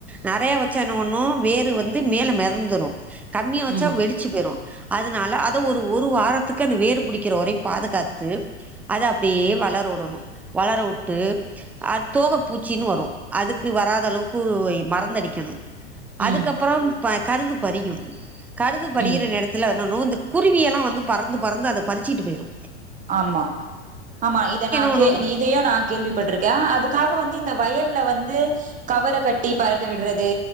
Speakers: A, in the centre; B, on the right.
A: நறையா வச்சா என்ன பன்னு வேறு வந்து மேல மெதந்துரு கம்மியா வச்சா
B: ம்
A: வெடி ச்சிபேரும் அதனால அத ஒரு ஒரு வாரத்துக்கு அந்த வேறு புடிக்கிற வரையு பாதுகாத்து அத அப்டியே வளர வுடணு வளர வுட்டு அத் தோக பூச்சின்னு வரு அதுக்கு வராத அளவுக்கு மறந்தடிக்கணும் அதுக்கப்பறம்
B: ம்
A: ப கருது பரிக்கினும் கடுது படியிற
B: ம்
A: நேரத்துல வேணனு இந்த குருவிய எல்லா வந்து பறந்து பறந்து அத பறிச்சுட்டு பேயிரு
B: ஆமா ஆமா இத நா
A: ஒண்ணுன்
B: கே இதையு நா கேள்விப்பட்ருக்கே அதுக்காக வந்து இந்த வயல்ல வந்து கவர கட்டி பறக்க விடுறது